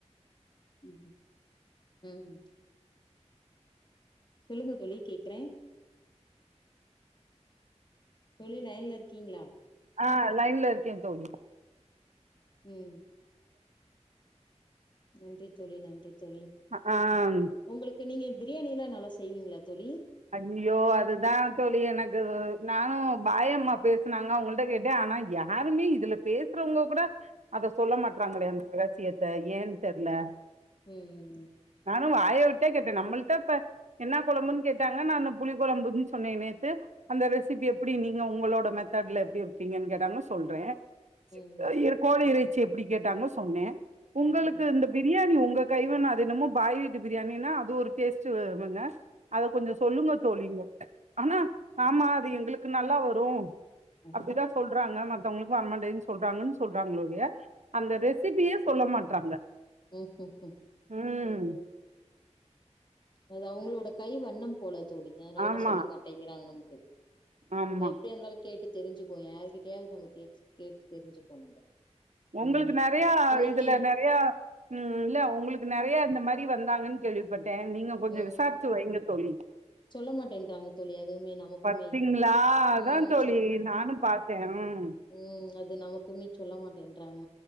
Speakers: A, on the left (about 40°); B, on the right (about 75°).
A: உ உம் சொல்லுங்க தோழி கேக்குறே தோழி லைன்ல இருக்கீங்களா
B: ஆ லைன்ல இருக்கே தோழி
A: உம் நன்றி தோழி நன்றி தோழி
B: அ ஆம்
A: உங்குளுக்கு நீங்க பிரியாணிலா நல்லா செய்வீங்களா தோழி
B: ஐயோ அதுதா தோழி எனக்கு நா பாயம்மா பேசுனாங்க உங்கள்ட கேட்ட ஆனா யா யாருமே இதுல பேசுறவங்க கூட அத சொல்ல மாட்டறாங்களே அந்த ரகசியத்த இந்த ஏன் தெர்ல
A: ம்
B: நானு வாய விட்டே கேட்டே நம்புள்ட்ட இப்ப என்ன கொழம்புன்னு கேட் கேட்டாங்க நானு புளி கொழம்புன்னு சொன்னே நேத்து அந்த ரெசிபி எப்புடி நீங்க உங்களோட மெத்தட்ல எப்புடி வெப்பீங்கன்னு கேட்டாங்க சொல்றே சிக்
A: ம்
B: கோழி இறைச்சி எப்டி கேட்டாங்க சொன்னே உங்களுக்கு
A: ம் ம்
B: இந்த பிரியாணி உங்க கைவன்னோ அது என்னமோ பாய் வீட்டு பிரியாணின்னா அது ஒரு டேஸ்ட்டு வருதுங்க அது கொஞ்சோ சொல்லுங்க தோழிங்க ஆனா ஆமா அது எங்களுக்கு நல்லா வரோ
A: ம்
B: அப்டிதா சொல் சொல்றாங்க மத்தவங்களுக்கு வரமாண்டேதுன்னு சொல்றாங்கன்னு சொல்றாங்களொழிய அந்த ரெசிபியே சொல்ல மாட்றாங்க
A: ம் ம் ம் ம்
B: ம்
A: உ உ அது அவங்களோட கை வண்ணம் போல தோழிங்க அதனாலதா
B: ஆமா
A: சொல்ல மாட்டேங்கிறாங்க நமக்கு
B: ஆமா
A: நம்ம எப்டியிர்ந்தாலு கேட்டு தெரிஞ்சிப்போ யாருகிட்டயாவது நம்ம கேட் கேட்டு தெரிஞ்சுப்போ நம்ப
B: உங்களுக்கு
A: ம்
B: நறையா
A: இன்னைக்கி
B: இதுல ந நறையா உம் இல்ல உங்குளுக்கு நறையா இந்த மாரி வந்தாங்கன்னு கேள்விப்பட்டே நீங்க கொஞ்சோ
A: ம்
B: விசாரிச்சு வெய்ங்க தோழி
A: சொல்ல மாட்டேன்றாங்க தோழி அதுவுமே நமக்குமே
B: பத்தீங்களா அதா
A: ம்
B: தோழி நானு பாத் உம்
A: உம் அது நமக்குமே சொல்ல மாட்டேன்றாங்க